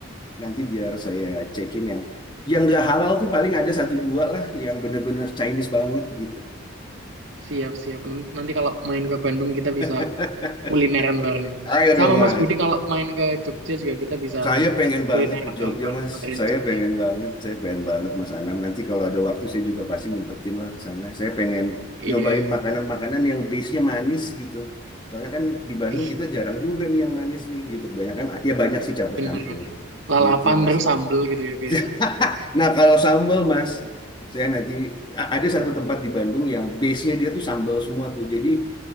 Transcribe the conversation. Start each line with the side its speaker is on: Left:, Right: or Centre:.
Left: Nanti biar saya cekin yang yang nggak halal tuh paling ada satu dua lah yang bener-bener Chinese banget gitu.
Right: Siap siap. Nan- Nanti kalau main ke Bandung kita bisa
Left: <laughs>
Right: kulineran bareng.
Left: Ayo
Right: Sama
Left: dong Mas.
Right: Mas Budi kalau main ke Jogja juga kita bisa
Left: Saya pengen
Right: kulineran
Left: banget ke Jogja
Right: bareng-bareng
Left: Mas.
Right: modern
Left: Saya
Right: Jogja.
Left: pengen banget, saya pengen banget Mas Anam. Nanti kalau ada waktu saya juga pasti nyempetin lah ke sana. Saya pengen
Right: Iya,
Left: nyobain
Right: iya.
Left: makanan-makanan yang base-nya manis gitu. Soalnya kan di Bandung
Right: Ih,
Left: kita jarang juga nih yang manis nih gitu. Banyak kan ya banyak sih campur-campur
Right: bener, bener. Lalapan
Left: gitu Mas.
Right: terus sambel gitu ya biasanya.
Left: <laughs> Nah, kalau sambal, Mas, saya nanti a- ada satu tempat di Bandung yang base-nya dia tuh sambal semua tuh. Jadi